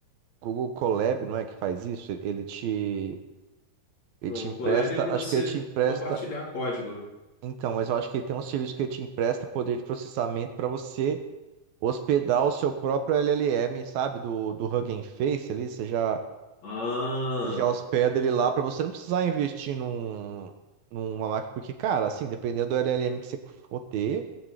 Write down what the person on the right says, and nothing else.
Google Colab, não é que faz isso? Ele te Ele
te empresta,
acho
que ele te empresta,
então, mas eu acho que ele tem um serviço que ele te empresta poder de processamento para você hospedar o seu próprio LLM, sabe, do, do Hugging Face ali, você já,
você já hospeda ele lá para você não precisar investir num, numa máquina, porque, cara, assim, dependendo do LLM que você for ter,